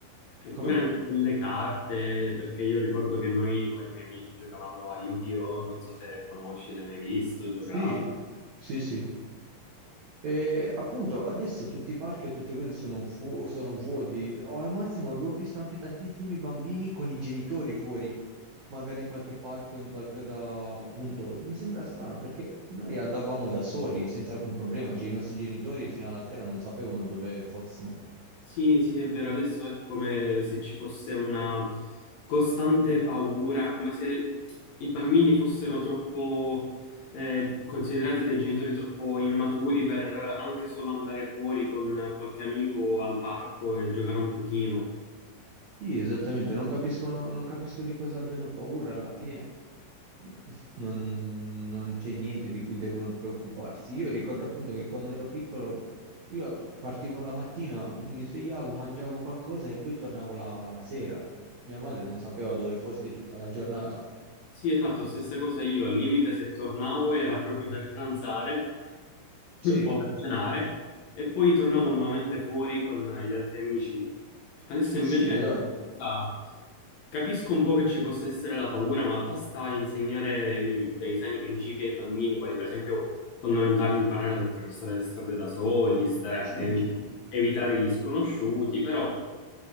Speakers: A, on the left; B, on the right.
A: Oppure
B: come?
A: anche delle carte, perché io ricordo che noi con i miei amici giocavamo a Yu-Gi-Oh! Non so se conosci, l'hai mai visto, giocato.
B: Sì, sì, sì. E appunto adesso tutti i parchi e tutte cose sono, fu- sono vuoti, o al massimo avevo visto anche tantissimi bambini con i genitori fuori, magari in qualche parco, in qualcosa, appunto, mi sembra strano perché noi andavamo da soli senza alcun problema, cioè i nostri genitori fino alla sera non sapevano dove fossimo.
A: Sì, sì, è vero, adesso è come se ci fosse una costante paura, come se i bambini fossero troppo eh, considerati dai genitori troppo immaturi per anche solo andare fuori con qualche amico al parco e giocare un pochino.
B: Sì, esattamente, non capiscono, non capisco di cosa abbiano paura, alla fine <laughs> mm, non, non c'è niente di cui devono preoccuparsi. Io ricordo appunto che quando ero piccolo io partivo la mattina, mi svegliavo, mangiavo qualcosa e poi tornavo la, la sera. Mia madre non sapeva dove fossi tutta la giornata.
A: Sì, esatto, stessa cosa io. Al limite, se tornavo era proprio per pranzare
B: Sì,
A: o per cenare e poi tornavo nuovamente fuori con gli altri amici. Adesso invece
B: sì, esatto,
A: sa, capisco un po' che ci possa essere la paura, ma basta insegnare i- dei sani principi ai bambini, quali per esempio fondamentale imparare ad attraversare le strade da soli, stare attenti,
B: sì,
A: evitare gli sconosciuti, però